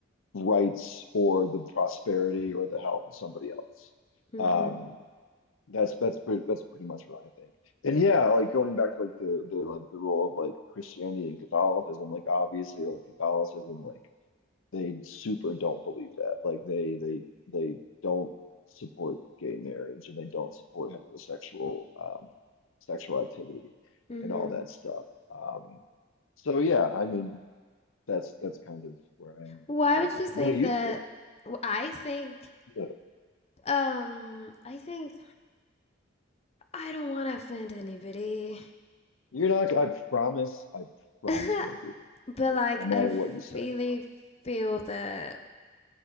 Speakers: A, on the left; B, on the left.
A: rights or the prosperity or the health of somebody else.
B: Mm-hmm.
A: Um, that's that's pretty that's pretty much what I think. And yeah, like going back to like the the like the role of like Christianity and Catholicism, like obviously like Catholicism, like they super don't believe that. Like they they they don't support gay marriage and they don't support heterosexual um sexual activity
B: Mm-hmm.
A: and all that stuff. Um so yeah, I mean that's that's kind of where I am
B: Why
A: on
B: would
A: that.
B: you think
A: What do you
B: that?
A: think?
B: w- I think,
A: Look,
B: um, I think I don't want to offend anybody.
A: You're not. I promise. I promise
B: <laughs>
A: I won't be offended.
B: But like,
A: No matter
B: I
A: what you say,
B: really
A: I promise.
B: feel that